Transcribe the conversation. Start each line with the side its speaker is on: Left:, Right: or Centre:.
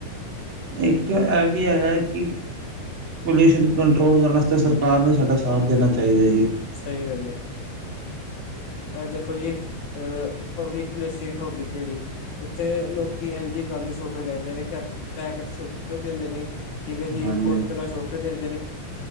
Right: ਇੱਕ ਇਹ ਵੀ ਹੈਗਾ ਕਿ ਪੋਲਿਊਸ਼ਨ ਕੰਟਰੋਲ ਕਰਨ ਵਾਸਤੇ ਸਰਕਾਰ ਨੂੰ ਸਾਡਾ ਸਾਥ ਦੇਣਾ ਚਾਹੀਦਾ ਜੀ।
Left: ਸਹੀ ਗੱਲ ਹੈ ਏ। ਐ ਦੇਖੋ ਜੀ ਅਹ ਪਬਲਿਕ ਪਲੇਸਿਜ ਹੋ ਗਈ ਜਿਹੜੀ ਉੱਥੇ ਲੋਕੀ ਇੰਜ ਗੰਦ ਸੁਟ ਦਿੰਦੇ ਨੇ ਪੈਕਟ ਸੁਟ ਦਿੰਦੇ ਨੇ ਠੀਕ ਹੈ ਜੀ
Right: ਹਾਂਜੀ
Left: ਬੋਤਲਾਂ ਸੁਟ ਦਿੰਦੇ ਨੇ